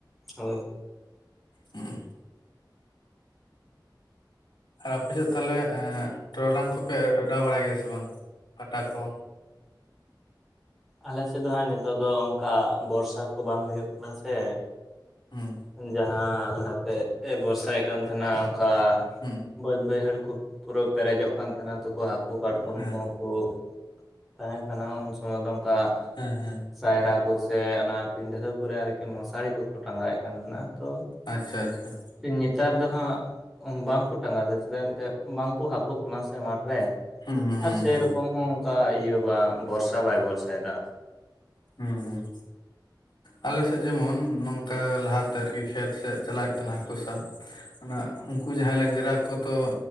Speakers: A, in the centre; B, on the left.
A: ᱦᱳᱭ᱾
B: ᱦᱩᱸ᱾ ᱟᱨ ᱟᱯᱮ ᱥᱮᱫ ᱛᱟᱦᱞᱮ ᱮᱸ ᱴᱚᱨᱚᱰᱟᱝ ᱠᱚᱯᱮ ᱚᱰᱟᱣ ᱵᱟᱲᱟᱭ ᱜᱮᱭᱟ ᱥᱮ ᱵᱟᱝ ᱯᱟᱴᱟ ᱠᱚ?
A: ᱟᱞᱮ ᱥᱮᱫ ᱫᱚ ᱦᱟᱸᱜ ᱱᱤᱛᱚᱜ ᱫᱚ ᱚᱱᱠᱟ ᱵᱚᱨᱥᱟ ᱠᱚ ᱵᱟᱝ ᱦᱩᱭᱩᱜ ᱠᱟᱱᱟ ᱥᱮ,
B: ᱦᱩᱸ᱾
A: ᱡᱟᱦᱟᱸ ᱞᱟᱦᱟᱛᱮ ᱮ ᱵᱚᱨᱥᱟᱭᱮᱫ ᱠᱟᱱ ᱛᱟᱦᱮᱱᱟ ᱚᱱᱠᱟ
B: ᱦᱩᱸ
A: ᱵᱟᱹᱫᱽ ᱵᱟᱹᱭᱦᱟᱹᱲ ᱠᱚ ᱯᱩᱨᱟᱹ ᱯᱮᱨᱮᱡᱚᱜ ᱠᱟᱱ ᱛᱟᱦᱮᱱᱟ ᱛᱚ ᱠᱚ ᱦᱟᱹᱠᱩ ᱠᱟᱴᱠᱚᱢ
B: ᱦᱮᱸ
A: ᱠᱚᱦᱚᱸ ᱠᱚ ᱛᱟᱦᱮᱸ ᱠᱟᱱᱟ ᱩᱱ ᱥᱚᱢᱚᱭ ᱫᱚ ᱚᱱᱠᱟ
B: ᱦᱮᱸ ᱦᱮᱸ᱾
A: ᱥᱟᱭᱨᱟ ᱠᱚ ᱥᱮ ᱚᱱᱟ ᱯᱤᱸᱰᱷᱟᱹ ᱠᱚᱨᱮ ᱟᱨᱠᱤ ᱢᱚᱥᱟᱨᱤ ᱠᱚᱠᱚ ᱴᱟᱸᱜᱟᱣᱮᱫ ᱠᱟᱱ ᱛᱟᱦᱮᱱᱟ᱾ ᱛᱚ
B: ᱟᱪᱪᱷᱟ ᱟᱪᱪᱷᱟ᱾
A: ᱱᱮᱛᱟᱨ ᱫᱚ ᱦᱟᱸᱜ ᱵᱟᱝᱠᱚ ᱴᱟᱸᱜᱟᱣᱮᱫᱟ ᱪᱮᱫᱟᱜ ᱮᱱᱛᱜ ᱵᱟᱝᱠᱚ ᱦᱟᱹᱠᱩᱜ ᱠᱟᱱᱟ ᱥᱮ ᱢᱟᱴ ᱨᱮ᱾
B: ᱦᱩᱸ ᱦᱩᱸ
A: ᱟᱨ ᱥᱮᱭ
B: ᱦᱩᱸ
A: ᱨᱚᱠᱚᱢ ᱦᱚᱸ ᱚᱱᱠᱟ ᱤᱭᱟᱹ ᱵᱟ ᱵᱚᱨᱥᱟ ᱵᱟᱭ ᱵᱚᱨᱥᱟᱭᱮᱫᱟ᱾
B: ᱦᱩᱸ ᱦᱩᱸ᱾ ᱟᱞᱮ ᱥᱮᱫ ᱡᱮᱢᱚᱱ ᱱᱚᱝᱠᱟ ᱞᱟᱦᱟᱛᱮ ᱟᱨᱠᱤ ᱠᱷᱮᱛ ᱥᱮᱫ ᱪᱟᱞᱟᱜ ᱦᱩᱭᱩᱜ ᱛᱟᱦᱮᱱᱟ ᱦᱟᱹᱠᱩ ᱥᱟᱵ᱾ ᱚᱱᱟ ᱩᱱᱠᱩ ᱡᱟᱦᱟᱸᱭ ᱞᱮᱸᱡᱨᱟ ᱠᱚᱛᱚ